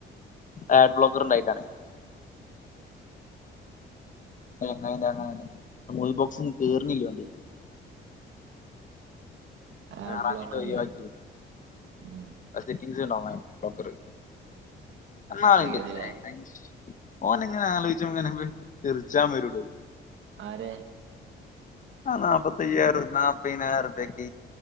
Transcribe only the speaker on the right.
ആഡ് ബ്ലോക്കർല്ലേ
ഉം
ഓഫാക്കിയതില്ലേ
ആരെ